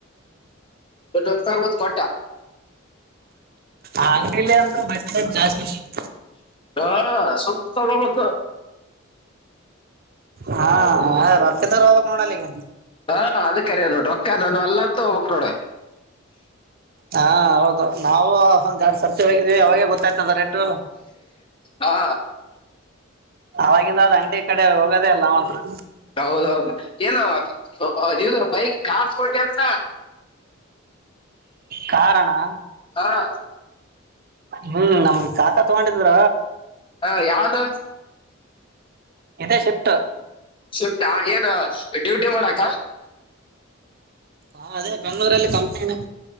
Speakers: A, on the left (about 25°); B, on the right (about 45°).
A: ಮುನ್ನೂರ ರೂಪಾಯಿಗಿ ಒಂದ ಕೊಟ್ಟ.
B: ಆ ಲ್ಲಿ ಅಂದ್ರ <unintelligible>
A: ಅ ಹಾ ಸುಮ್ ತಗೋಬೇಕ.
B: ಹಾ ರೊಕ್ ಇದ್ದವರ ಹೋಗ್ಬೇಕ ನೋಡ ಅಲ್ಲಿಗ.
A: ಹಾ ಅದ ಕರೆ ನೋಡ ರೊಕ್ಕ ನನ್ನು ಅಲ್ಲ ಅಂತ ಹೋಗ್ಬೇಕ್ ನೋಡ.
B: ಹಾ ಹೌದು ನಾವ ಹೊಂದ್ ಯಾಡ್ ಸರ್ತಿ ಹೋಗಿ ಅವಾಗೇ ಗೊತ್ತಾಯ್ತದೆ ರೇಟು.
A: ಹಾ
B: ಅವವಾಗಿಂದ ಅದ್ ಅಂಗಡಿ ಕಡೆ ಹೋಗೋದೇ ಇಲ್ಲ ನಾವಂತ್ರು.
A: ಹೌದೌದು ಏನು? ಇದು ಬೈಕ್ ಕಾರ್ ತಗೊಂಡಂತ?
B: ಕಾರಣ್ಣಾ?
A: ಹಾ
B: ಹ್ಮ್ ನಮ್ಮ ಕಾಕಾ ತಗೊಂಡಿದ್ರ
A: ಹಾ ಯಾವ್ದು?
B: ಇದೆ ಶಿಫ್ಟು.
A: ಶಿಫ್ಟ ಏನ್ ಡ್ಯೂಟಿ ಮಾಡಕ್ ಹಾ
B: ಹಾ ಅದೇ ಬೆಂಗಳೂರಲ್ಲಿ ಕಂಪನಿ ಅಣ್ಣಾ.